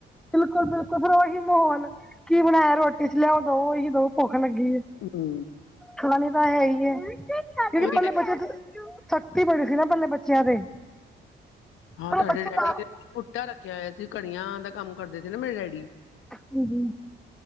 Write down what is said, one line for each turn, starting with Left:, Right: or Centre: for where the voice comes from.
Centre: ਬਿਲਕੁਲ-ਬਿਲਕੁਲ ਫਿਰ ਓਹੀ ਮਾਹੌਲ ਕੀ ਬਣਾਇਆ ਰੋਟੀ ਚ ਲਿਆਓ ਦੋ ਉਹੀ ਦੋ ਭੁੱਖ ਲੱਗੀ ਏ।
Left: ਹੂੰ।
Centre: ਛੁਡਾਨੀ ਤਾਂ ਹੈ ਹੀ ਐ, ਜੇੜੀ
Left: ਉਹੀ
Centre: ਪਹਲੇ
Left: ਟਾਈਮ
Centre: ਬੱਚਤ ਸਖਤੀ ਬੜੀ ਸੀ ਨਾ ਪਲੇ ਬੱਚਿਆਂ ਤੇ
Left: ਹਾਂ
Centre: ਪਹਿਲੇ
Left: ਸਾਡੇ
Centre: ਬੱਚੇ
Left: ਡੈਡੀ
Centre: ਤਾਂ
Left: ਨੇ ਪੁੱਟਾ ਰੱਖਿਆ ਹੋਇਆ ਸੀ ਘੜੀਆਂ ਦਾ ਕੰਮ ਕਰਦੇ ਸੀ ਨਾ ਮੇਰੇ ਡੈਡੀ।
Centre: ਹੂੰ, ਹੂੰ।